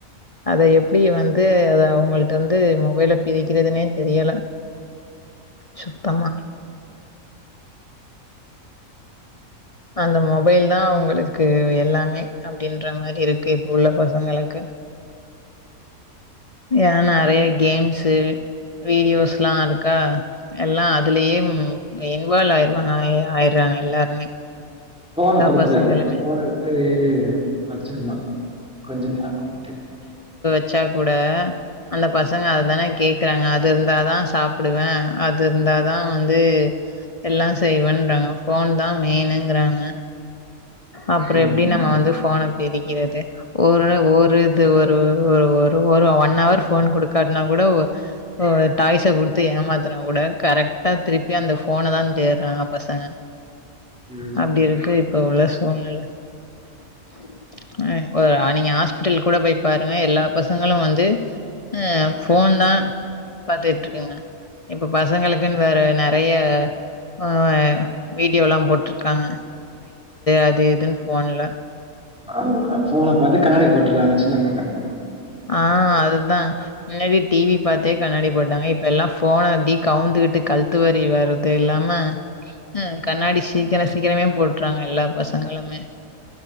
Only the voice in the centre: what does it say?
ஃபோன குடுக்
கூடாது ஃபோன எடுத்து வச்சிர்னும் கொஞ்ச <unintelligible>
ம்
ம்.
ஆமா ஃபோன பாத்து கண்ணாடி போட்ற்றாங்க சி ன பசங்களா